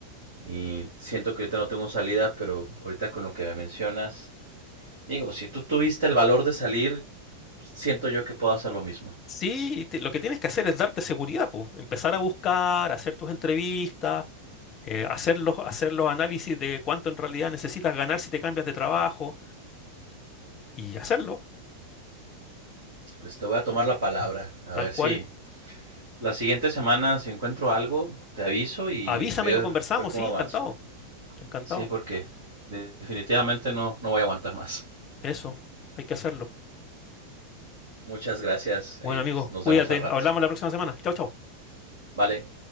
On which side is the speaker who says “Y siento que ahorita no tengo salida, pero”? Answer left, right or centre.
Right